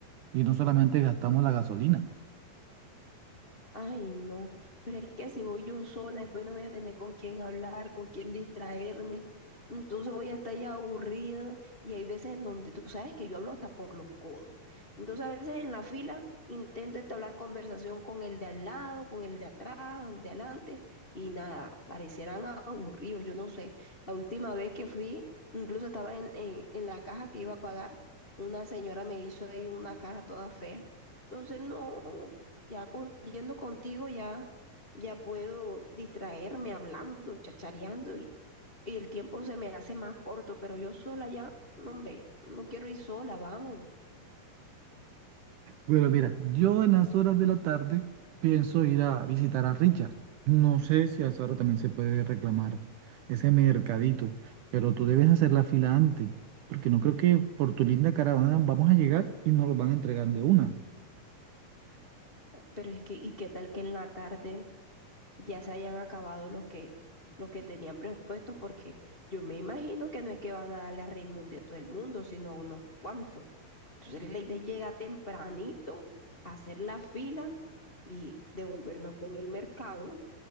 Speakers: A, on the right; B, on the left.
A: y no solamente gastamos la gasolina.
B: Ay, no, pero es que si voy yo sola, después no voy a tener con quién hablar, con quién distraerme, entonces voy a estar ya aburrido y hay veces en donde tú sabes que yo hablo hasta por los codos. Entonces a veces en la fila intento entablar conversación con el de al lado, con el de atrás, el de adelante y nada, parecieran aburridos, yo no sé. La última vez que fui, incluso estaba en, en, en la caja que iba a pagar, una señora me hizo ahí una cara toda fea. Entonces no. Ya con- yendo contigo ya, ya puedo distraerme hablando, chachareando y, y el tiempo se me hace más corto, pero yo sola ya, no, hombre, no quiero ir sola, vamos.
A: Pero mira, yo en las horas de la tarde pienso ir a visitar a Richard. No sé si a esa hora también se puede reclamar ese mercadito, pero tú debes hacer la fila antes, porque no creo que por tu linda caravana vamos a llegar y nos lo van a entregar de una.
B: Pero es que, ¿y qué tal que en la tarde ya se hayan acabado los que, los que tenían presupuesto? Porque yo me imagino que no es que van a darle a Raimundo a todo el mundo, sino a unos cuantos. Entonces la idea llega tempranito, hacer la fila y devolvernos con el mercado.